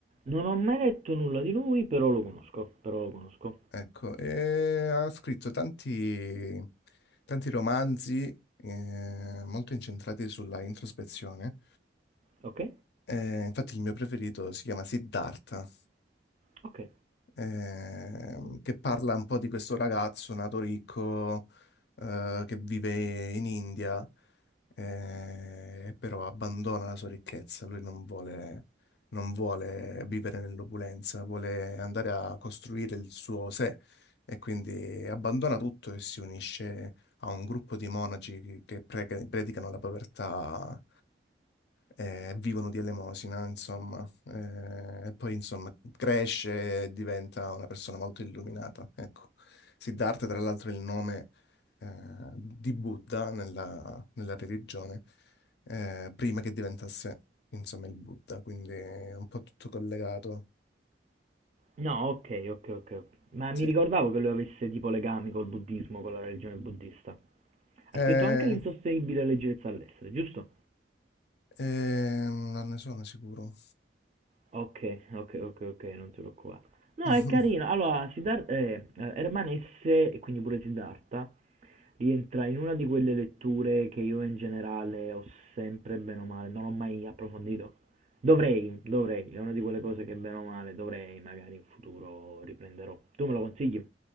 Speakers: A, on the right (about 35°); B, on the left (about 65°).
A: Non ho mai letto nulla di lui, però lo conosco, però lo conosco.
B: Ecco, e ha scritto tanti, tanti romanzi eh, molto incentrati sulla introspezione.
A: Ok?
B: Eh, infatti il mio preferito si chiama Siddhartha
A: Ok.
B: ehm, che parla un po' di questo ragazzo nato ricco eh, che vive in India, eh, però abbandona la sua ricchezza, lui non vuole, non vuole vivere nell'opulenza, vuole andare a costruire il suo sé e quindi abbandona tutto e si unisce a un gruppo di monaci che che pre- predicano la povertà eh, e vivono di elemosina, insomma. Eh, e poi insomma cresce e diventa una persona molto illuminata. Ecco. Siddhartha, tra l'altro, è il nome eh, di Buddha nella, nella religione, eh, prima che diventasse insomma il Buddha, quindi è un po' tutto collegato.
A: No, ok, ok, ok. ok. Ma
B: Sì.
A: mi ricordavo che lui avesse tipo legami col buddismo, con la religione buddista. Ha
B: Eh,
A: scritto anche l'insostenibile leggerezza all'essere, giusto?
B: eh, non ne sono sicuro.
A: Ok, ok, ok, ok, non ce l'ho qua. No,
B: <laughs>
A: è carino. Allora, Siddhar- eh, eh, Herman S, e quindi pure Siddhartha, rientra in una di quelle letture che io in generale ho sempre bene o male, non ho mai approfondito. Dovrei, dovrei, è una di quelle cose che bene o male dovrei, magari in futuro riprenderò. Tu me lo consigli?